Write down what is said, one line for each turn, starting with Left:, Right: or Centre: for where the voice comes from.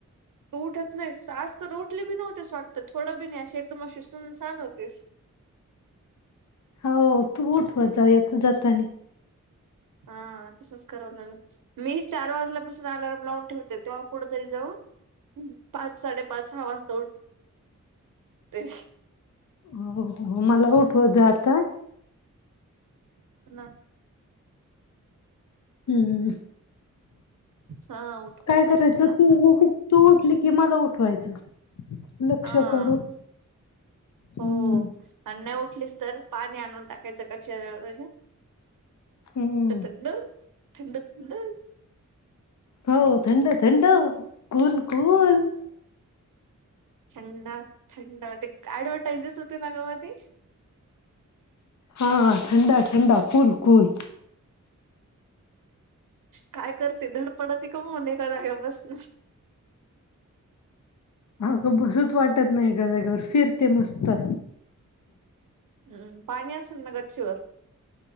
Right: तू उठत नाहीस, आज तर उठले बी नव्हतेस वाटतं थोडं बी नाही अशी एकदम अशी सुनसान होतेस.
Left: हो तू उठवजा येत जातानी.
Right: हां तसंच करावं लागलं. मीही चार वाजल्यापासून अलाराम लावून ठेवते तेव्हा कुठेतरी जाऊन हं पाच साडेपाच सहा वाजता उठ ते.
Left: हो, हो मला उठवत जा आता.
Right: <unintelligible>
Left: हम्म,
Right: हा उठवत
Left: काय
Right: जाईन
Left: करायचं
Right: तुला
Left: तू
Right: आता
Left: तू उठली की मला उठवायचं. लक्ष
Right: हां,
Left: करून.
Right: हो.
Left: हम्म
Right: आणि नाही उठलीस तर पाणी आणून टाकायचं का चेहऱ्यावर तुझ्या?
Left: हम्म.
Right: थंड, थंड थंड.
Left: हो थंड थंड कूल कूल.
Right: थंड थंडते ऍडव्हटाईज येत होती ना ग मधी?
Left: हां थंडा थंडा कुल कुल.
Right: काय करते धडपडते का मोने एका जाग्यावर बस
Left: आग बसूच वाटत नाही एका जागेवर, फिरते मस्त.
Right: हम्म, पाणी आसन ना गच्चीवर?